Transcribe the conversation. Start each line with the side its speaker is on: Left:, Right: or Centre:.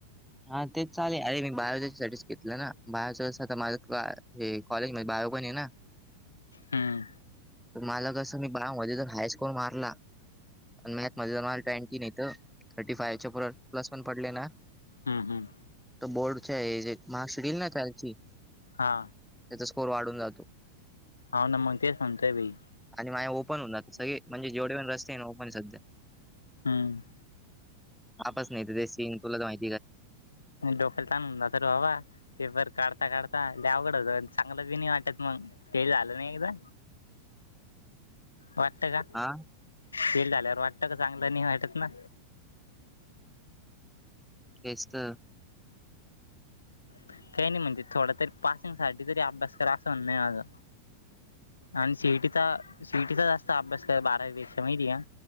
Centre: हा तेच चालेल अरे मी बायोसाठी घेतलं ना बायच तर माझ हे कॉलेज मध्ये बायो पण आहे ना
Left: हम्म
Centre: मला कस मी बा मध्ये हायस्कूल मारला आणि मगत माझं जला ट्वेंटीन येत थर्टी फाइवच्या प्लस पण पडले ना
Left: हम् हम्
Centre: तर बोर्ड मार्कशीट त्यालची त्याचा
Left: हा
Centre: स्कोर वाढून जातो.
Left: होऊना तेच म्हणतो भाई.
Centre: आणि माझ ओपन होणार सगळे म्हणजे जेवढे पण रस्ते आहे ना ओपन सध्या
Left: हम्म
Centre: आपस नाही तेचीन तुला तर माहि
Left: डोखेल तण ह तरर वावा पेपर काढता काढता लवघड होत चांगलं बी नाही वाटत मग ते झालं नाही एकदा वाटत का
Centre: आा
Left: फिल आल्यावर वाटतं का चांगलं नाही वाटत ना
Centre: तेचत
Left: काही नाही म्हणजे थोडा तरी पासिंग साठी तरी अभ्यास करा असं म्हण नाही माझ आणि सिटीचा सिटीचा जास्त अभ्यास क बारावी पेक्षा माहिती या